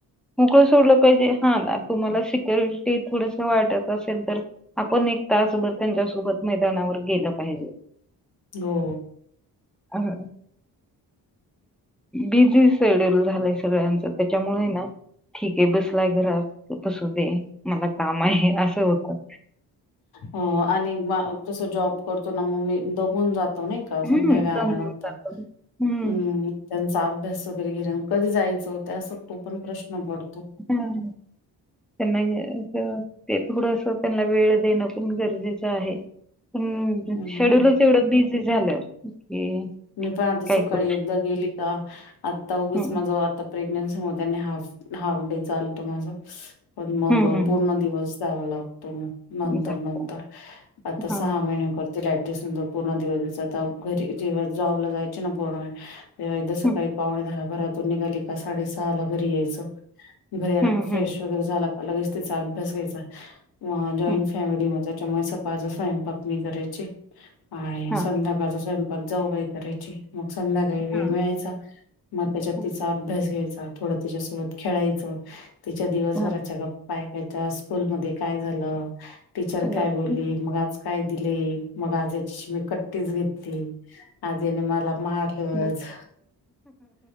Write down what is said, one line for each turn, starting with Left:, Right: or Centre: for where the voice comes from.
Centre: मोकळं सोडलं पाहिजे हा, ना. तुम्हांला सिक्युरिटी थोडसं वाटंत असेल तर आपण एक तासभर त्यांच्यासोबत मैदानावर गेलं पाहिजे.
Left: हो...
Centre: अ ह बिझी शेड्यूल झालंय सगळ्यांचं त्याच्यामुळे है ना ठीक आहे, बसलाय घरात बसू दे, मला काम आहे असं होतं.
Left: हो आणि म कस जॉब करतो ना मग मी दमून जा तो नाही का, संध्याकाळी
Centre: हं, दमून
Left: आल्यानंतर
Centre: जातो.
Left: हूं..
Centre: हं,
Left: त्यांचा अभ्यास वगैरे घेणं आणि कधी जायचं ते असं तो पण प्रश्न पडतो.
Centre: होय. त्यांना या त ते थोडसं त्यांना वेळ देणं पण गरजेचं आहे. पण
Left: हम्म
Centre: शेड्यूलच एवढं बिझी झालं की,
Left: मी पण आता सकाळी
Centre: काय करू
Left: एकदा गेली का, आता उघच
Centre: शकतो.
Left: माझं आता प्रेग्नन्सी मध्ये नी हाफ, हाफ डे चालतो माझा पण मग
Centre: हं, हं, हं.
Left: पूर्ण दिवस जावा लागतो मग नंतर-
Centre: झालं.
Left: नंतर आता सहा
Centre: हां.
Left: महिने कर तील ऍडजेस्ट नाहीतर पूर्ण दिवस जायचं, घरी जेव्हा जॉबला जायचे ना पूर्ण वेळ तेव्हा एकदा सकाळी
Centre: हं,
Left: पावणे दहाला घरातून निघाली का, साडे सहाला घरी यायचं. घरी आला
Centre: हं,
Left: का, फ्रेश
Centre: हं,
Left: वगैरे झाला का, लगेच तिचा अभ्यास घ्यायचा, जॉईंट
Centre: हं.
Left: फॅमिली मध्ये त्याच्यामुळे सकाळचा स्वयंपाक मी करायचे आणि
Centre: हां,
Left: संध्याकाळचा स्वयंपाक जाऊबाई करायची मग संध्याकाळी वेळ
Centre: हां,
Left: मिळायचा, मग त्याच्यात
Centre: हं,
Left: तिचा अभ्यास घ्यायचा, थोडं तिच्यासोबत खेळायचं, तिच्या दिवसभराच्या
Centre: हां.
Left: गप्पा ऐका च्या आज स्कूलमध्ये काय झालं, टीचर
Centre: हं,
Left: काय बोलली. मग आज काय दिलंय, मग आजाची मी कट्टीच घेतली आज येने मला मारलंच
Centre: हं.